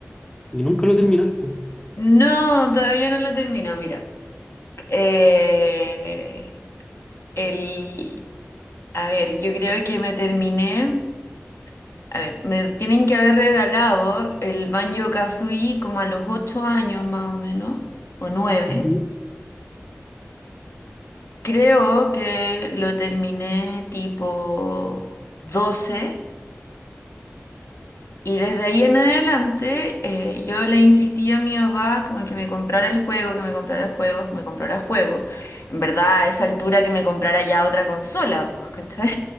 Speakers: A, on the left; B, on the left.
A: y nunca lo terminaste.
B: No, todavía no lo termino, mira. Eh, el, a ver, yo creo que me terminé. A ver, me tienen que haber regalado el Banjo Kazooie como a los 8 años más o menos, o 9.
A: Ujú.
B: Creo que lo terminé tipo 12. Y desde ahí en adelante eh, yo le insistí a mi papá como que me comprara el juego, que me comprara el juego, que me comprara el juego. En verdad, a esa altura que me comprara ya otra consola, pues, ¿cachai?